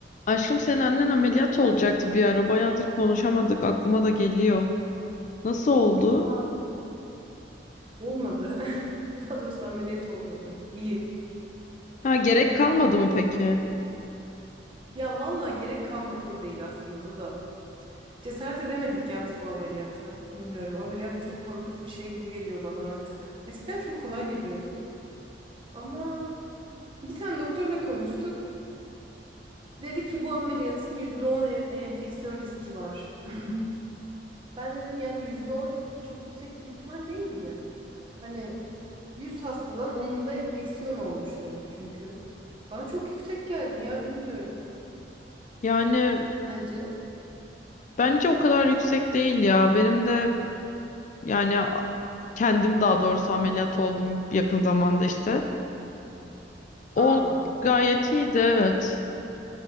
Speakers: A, on the left; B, on the right.
A: Aşkım senin annen ameliyat olacaktı bir ara. Bayağıdır konuşamadık. Aklıma da geliyor. Nasıl oldu?
B: Aa, olmadı. <laughs> Daha doğrusu ameliyat olmadı. İyi.
A: Ha gerek
B: Ee,
A: kalmadı mı peki?
B: ya valla gerek kalmadı da değil aslında da. Cesaret edemedik ya biz bu ameliyata. Bilmiyorum. Ameliyat çok korkunç bir şey gibi geliyor bana artık. Eskiden çok kolay geliyordu. Ama bir tane doktorla konuştuk. Dedi ki bu ameliyatın %10 en- enfeksiyon riski var. <clears throat> Ben dedim yani %10 çok yüksek bir ihtimal değil mi? Hani 100 hastadan onunda enfeksiyon olmuş demek çünkü. Bana çok yüksek geldi ya bilmiyorum.
A: Yani
B: Bence.
A: bence o kadar yüksek değil ya. Benim de yani a- kendim daha doğrusu ameliyat oldum yakın zamanda işte. O
B: Aa,
A: gayet iyiydi evet.